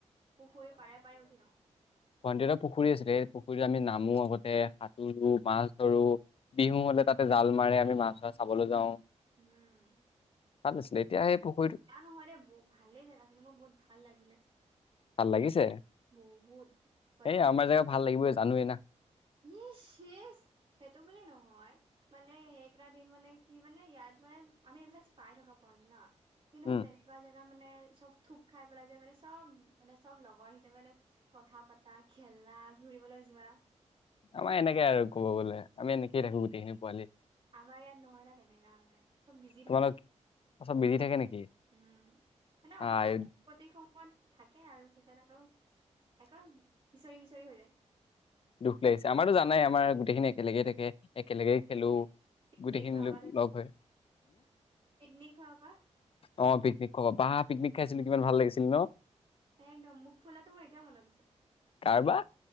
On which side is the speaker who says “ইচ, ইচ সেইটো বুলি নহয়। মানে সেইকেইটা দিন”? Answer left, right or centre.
Right